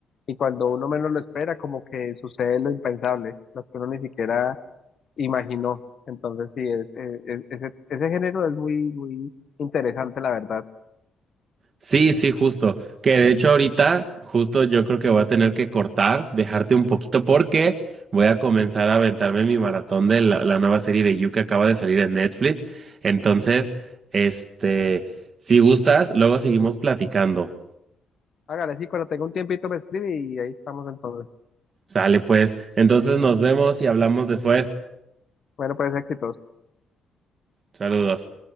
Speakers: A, on the left; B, on the right.
A: Y cuando uno menos lo espera, como que sucede lo impensable, lo que uno ni siquiera imaginó. Entonces, sí, es, eh, es- ese, ese género es muy, muy interesante, la verdad.
B: Sí, sí, justo. Que de hecho ahorita, justo yo creo que voy a tener que cortar, dejarte un poquito porque voy a comenzar a aventarme mi maratón de la, la nueva serie de You que acaba de salir en Netflix. Entonces, este, si gustas, luego seguimos platicando.
A: Hágale, sí, cuando tenga un tiempito me escribe y ahí estamos entonces.
B: Sale pues. Entonces nos vemos y hablamos después.
A: Bueno, pues éxitos.
B: Saludos.